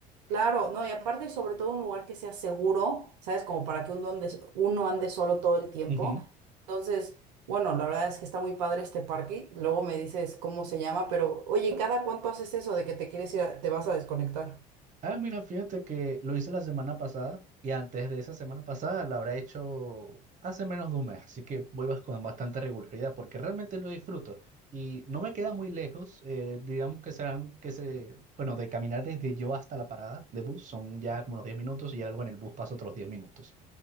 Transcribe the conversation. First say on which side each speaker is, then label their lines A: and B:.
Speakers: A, on the right; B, on the right.
A: Claro, no, y aparte sobre todo un lugar que sea seguro, ¿sabes? Como para que uno ande, uno ande solo todo el tiempo.
B: Ujú.
A: Entonces, bueno, la verdad es que está muy padre este parque. Luego me dices cómo se llama, pero oye, ¿cada cuánto haces eso de que te quieres ir, a- te vas a desconectar?
B: Ah, mira, fíjate que lo hice la semana pasada y antes de esa semana pasada la habrá hecho hace menos de un mes, así que voy bas- con bastante regularidad porque realmente lo disfruto y no me queda muy lejos, eh, digamos que serán, que se, bueno, de caminar desde yo hasta la parada de bus son ya como los 10 minutos y algo en el bus pasa otros 10 minutos.